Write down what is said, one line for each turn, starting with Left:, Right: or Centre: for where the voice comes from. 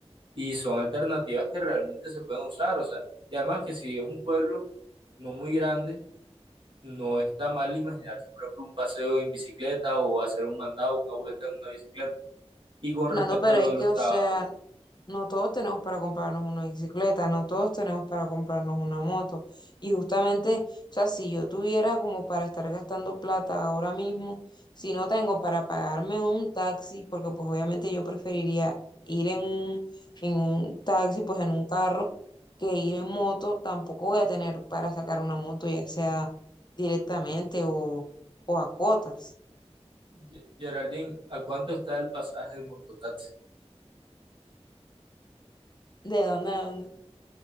Right: y son alternativas que realmente se pueden usar. O sea, y además que si es un pueblo no muy grande, no está mal imaginarse, por ejemplo, un paseo en bicicleta o hacer un mandado, una vuelta en una bicicleta. Y con
Left: Fernando,
Right: respecto
Left: pero
Right: a lo
Left: es
Right: de
Left: que,
Right: los
Left: o
Right: trabajos,
Left: sea, No todos tenemos para comprarnos una bicicleta, no todos tenemos para comprarnos una moto. Y justamente, o sea, si yo tuviera como para estar gastando plata ahora mismo, si no tengo para pagarme un taxi, porque pues obviamente yo preferiría ir en un, en un taxi, pues en un carro, que ir en moto, tampoco voy a tener para sacar una moto, ya sea directamente o, o a cuotas.
Right: Ye- Geraldine, ¿a cuánto está el pasaje de mototaxi?
Left: ¿De dónde a dónde?